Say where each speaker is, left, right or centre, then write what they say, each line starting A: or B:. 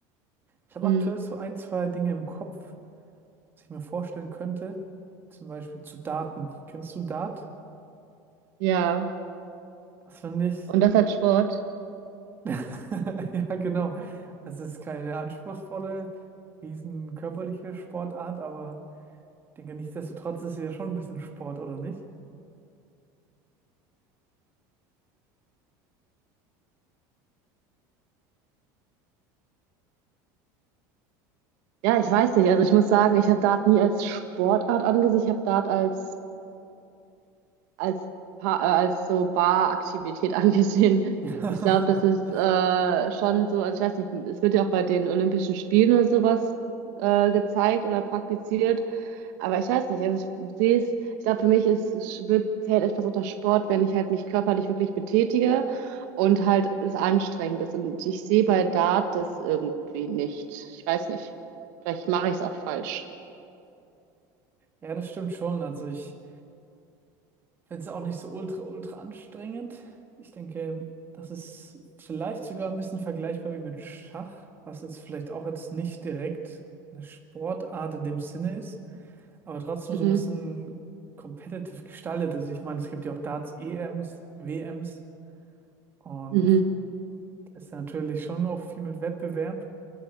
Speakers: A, on the right; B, on the right.
A: Ich habe
B: Mhm.
A: aktuell so ein, zwei Dinge im Kopf, was ich mir vorstellen könnte. Zum Beispiel zu Darten. Kennst du Dart?
B: Ja.
A: Das finde ich.
B: Und das als Sport?
A: <laughs> Ja, genau. Also es ist keine anspruchsvolle, riesen körperliche Sportart, aber ich denke, nichtsdestotrotz ist sie ja schon ein bisschen Sport, oder nicht?
B: Ja, ich weiß nicht. Also ich muss sagen, ich habe Dart nie als Sportart angesehen. Ich habe Dart als als, Pa- äh, als so Baraktivität <laughs> angesehen.
A: <laughs>
B: Ich glaube, das ist äh, schon so, also ich weiß nicht, es wird ja auch bei den Olympischen Spielen oder sowas äh, gezeigt oder praktiziert, aber ich weiß nicht, also ich sehe es, ich glaube, für mich ist, es wird, zählt etwas unter Sport, wenn ich halt mich körperlich wirklich betätige und halt es anstrengend ist. Und ich sehe bei Dart das irgendwie nicht. Ich weiß nicht, vielleicht mache ich es auch falsch.
A: Ja, das stimmt schon. Also ich finde es auch nicht so ultra, ultra anstrengend. Ich denke, das ist vielleicht sogar ein bisschen vergleichbar wie mit Schach, was jetzt vielleicht auch jetzt nicht direkt eine Sportart in dem Sinne ist, aber trotzdem
B: Mhm.
A: so ein bisschen competitive gestaltet ist. Ich meine, es gibt ja auch Darts-EMs, WMs. Und
B: Mhm.
A: da ist ja natürlich schon auch viel mit Wettbewerb.